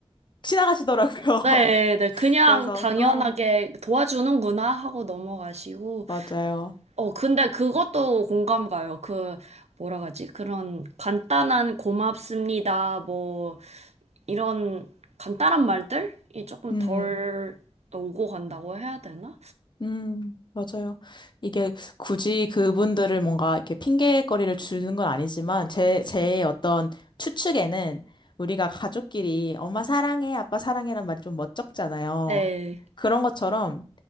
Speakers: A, on the left (about 45°); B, on the right (about 85°).
A: 지나가시더라고요.
B: 네,
A: <laughs>
B: 네. 그냥
A: 그래서,
B: 당연하게
A: 응.
B: 도와주는구나 하고 넘어가시고,
A: 맞아요.
B: 어, 근데 그것도 공감 가요. 그, 뭐라 하지? 그런 간단한 고맙습니다. 뭐, 이런 간단한 말들이 조금
A: 음.
B: 덜 오고 간다고 해야 되나?
A: 음, 맞아요. 이게 굳이 그분들을 뭔가 이렇게 핑계거리를 주는 건 아니지만, 제, 제 어떤 추측에는 우리가 가족끼리 엄마 사랑해, 아빠 사랑해란 말이 좀 멋쩍잖아요.
B: 네.
A: 그런 것처럼